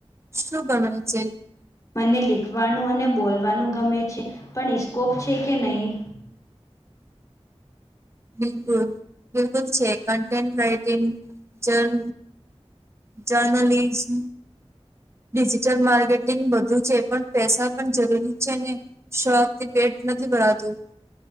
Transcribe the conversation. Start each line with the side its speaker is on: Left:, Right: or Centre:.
Right: શું ગમે છે.
Left: મને લીખવાનું અને બોલવાનું ગમે છે પણ ઇસ્કોપ છે કે નહીં.
Right: બિલકુલ બિલકુલ છે કન્ટેન્ટ રાઇટિંગ જન જર્નલિસ્ટ ડિજિટલ માર્કેટિંગ બધું છે પણ પૈસા પણ જરૂરી છે ને શક થી પેટ નથી ભરાતું.